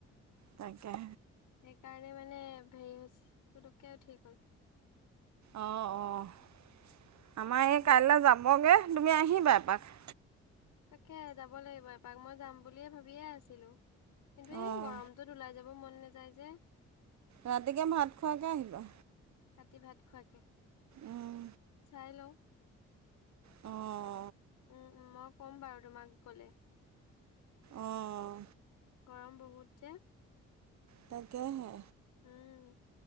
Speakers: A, on the right (about 65°); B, on the left (about 75°).
A: তাকে
B: সেইকাৰণে মানে হেৰি পুতুককে উঠি গল
A: অঁ অঁ আমাৰ
B: উম,
A: এই কাইলৈ যাবগৈ তুমি আহিবা এপাক
B: তাকে যাব লাগিব এপাক মই যাম বুলিয়ে ভাবিয়ে আছিলো কিন্তু এই
A: অঁ
B: গৰমটোত ওলাই যাব মোৰ মন নাযায় যে
A: ৰাতিকে ভাত খোৱাকে আহিবা।
B: ৰাতি ভাত খোৱাকে,
A: উম
B: চাই লওঁ।
A: অ'
B: উম' মই কম বাৰু তোমাক গ'লে।
A: অঁ
B: গৰম বহুত যে।
A: তাকেহে।
B: উম'